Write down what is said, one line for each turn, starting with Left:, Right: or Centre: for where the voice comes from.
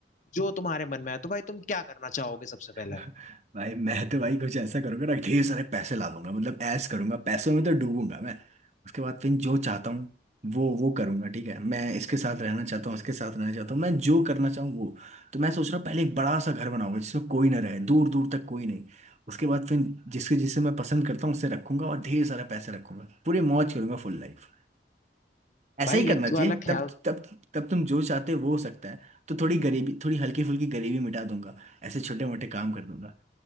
Left: जो तुम्हारे मन में आए तो भाई तुम क्या करना चाहोगे सबसे पहले
Right: <laughs> भाई मैं तो भाई कुछ ऐसा करूंगा ना ढेर सारे पैसे ला दूंगा मतलब ऐश करूंगा पैसों में तो डूबूंगा मैं उसके बाद फिर जो चाहता हूँ वो वो करूंगा ठीक है मैं इसके साथ रहना चाहता हूँ उसके साथ रहना चाहता हूँ मैं जो करना चाहूँ वो तो मैं सोच रहा हूँ पहले एक बड़ा सा घर बनाऊंगा जिसमें कोई ना रहे दूर दूर तक कोई नहीं उसके बाद फिर जिसके जिसे मैं पसंद करता हूँ उसे रखूंगा और ढेर सारा पैसे रखूंगा पूरी मौज करूंगा फुल लाइफ ऐसा
Left: भाई
Right: ही
Left: ये
Right: करना
Left: तो
Right: चाहिए
Left: वाला ख्याल
Right: तब तब तब तुम जो चाहते हो वो हो सकता है तो थोड़ी गरीबी थोड़ी हल्की फुल्की गरीबी मिटा दूंगा ऐसे छोटे मोटे काम कर दूंगा